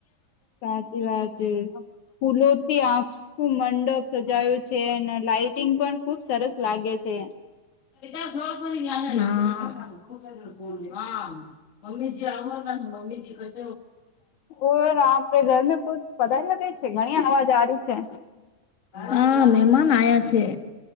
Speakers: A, on the left (about 65°); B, on the left (about 40°).
A: સાચી વાત છે. ફૂલોથી આખું મંડપ સજાયું છે. ને લાાઈટિંગ પણ ખુબ સરસ લાગે છે.
B: હા <unintelligible>
A: ઓર આપડે ઘર મે કો પધારી છે? ઘણી અવાજ આ રહી છે.
B: હા મેમાન આયા છે.